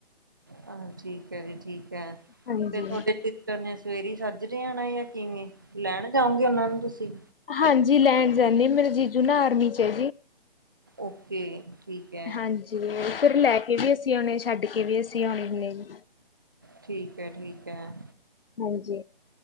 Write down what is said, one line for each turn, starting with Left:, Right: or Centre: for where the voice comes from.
Right: ਹਾਂ ਠੀਕ ਹੈ ਜੀ ਠੀਕ ਹੈ,
Left: ਹਾਂਜੀ,
Right: ਤੇ ਫੇਰ ਤੁਹਾਡੇ ਤੇ ਉਹਨੇ ਸਵੇਰੇ ਹੀ ਸੱਜਰੇ ਆਣਾ ਜਾਂ ਕਿਵੇਂ, ਲੈਣ ਜਾਓਗੇ ਉਹਨਾਂ ਨੂੰ ਤੁਸੀਂ?
Left: ਹਾਂਜੀ ਲੈਣ ਜਾਂਦੀ ਆ ਮੇਰਾ ਜੀਜੂ ਨਾ ਆਰਮੀ 'ਚ ਆ।
Right: ਓਕੇ। ਠੀਕ ਹੈ
Left: ਹਾਂਜੀ, ਫਿਰ ਲੈ ਕੇ ਵੀ ਅਸੀਂ ਆਉਣੇ ਛੱਡ ਕੇ ਵੀ ਅਸੀਂ ਆਉਣੇ ਹੁੰਨੇ ਆ ਜੀ।
Right: ਠੀਕ ਹੈ- ਠੀਕ ਹੈ।
Left: ਹਾਂਜੀ।